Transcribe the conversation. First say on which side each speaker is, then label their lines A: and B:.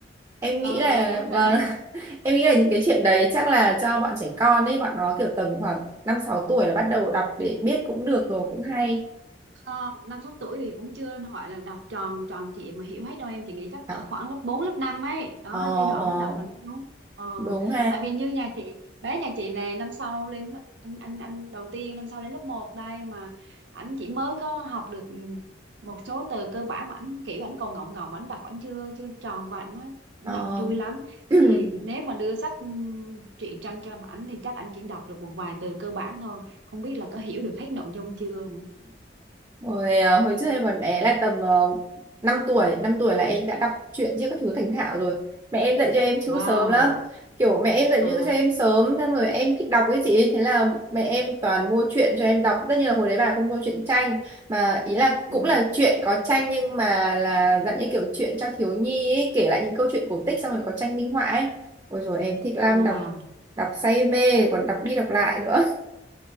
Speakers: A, on the right; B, on the right.
A: em
B: ừ
A: nghĩ là
B: ừ đúng rồi
A: vâng
B: đấy
A: <laughs> em nghĩ là những cái chuyện đấy chắc là cho bọn trẻ con ấy bọn nó kiểu tầm khoảng năm sáu tuổi là bắt đầu đọc để biết cũng được rồi cũng hay
B: không năm sáu tuổi thì cũng chưa gọi là đọc tròn tròn trịa mà hiểu hết đâu em chỉ nghĩ chắc
A: ờ
B: cỡ khoảng lớp bốn lớp 5 ấy đó
A: ờ
B: giai đoạn
A: ờ,
B: nó đọc là mới đúng ừ
A: đúng ha
B: tại vì như nhà chị bé nhà chị nè năm sau lên anh anh anh đầu tiên năm sau lên lớp một đây mà ảnh chỉ mới có học được ừ, một số từ cơ bản mà ảnh kiểu ảnh còn ngọng ngọng ảnh đọc ảnh chưa chưa tròn và ảnh á,
A: ờ
B: ảnh đọc vui lắm
A: <clears throat>
B: thì nếu mà đưa sách ừ, truyện tranh cho ảnh thì chắc ảnh chỉ đọc được một vài từ cơ bản thôi không biết là có hiểu được hết nội dung chưa nữa.
A: Hồi, à, hồi trước em còn bé là tầm uh, 5 tuổi năm tuổi là em đã đọc truyện chứ các thứ thành thạo rồi mẹ em dạy cho em chữ
B: Wow
A: sớm lắm kiểu mẹ em dạy
B: Ờ,
A: chữ cho em sớm thế rồi em thích đọc ấy chị thế là mẹ em toàn mua truyện cho em đọc tất nhiên là hồi đấy bà không mua truyện tranh mà ý là
B: ừ.
A: cũng là truyện có tranh nhưng mà là dạng như kiểu truyện cho thiếu nhi ấy kể lại những câu chuyện cổ tích xong rồi có tranh minh họa ấy ôi rồi em thích lắm
B: À,
A: đọc đọc say mê còn đọc đi đọc lại nữa